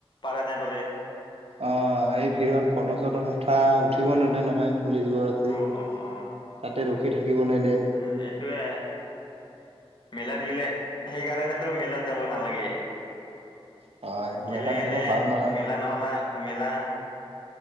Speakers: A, on the left (about 50°); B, on the right (about 75°).
A: পাৰা নাই বোলে
B: অ এই ভিৰত ফটো চটো উথা উঠিব নেদে নহয় পুলিচবোৰ আছে তাতে
A: অ অ অ
B: ৰখি থাকিব নেদিয়ে।
A: অ, সেইটোৱে। মেলাত গিলে সেইকাৰণেতো মেলাত যাব নালাগে।
B: হয়
A: গিলে
B: মেলাত
A: এনে
B: গ'লে ভাল নহয়
A: মেলা নহলা মেলা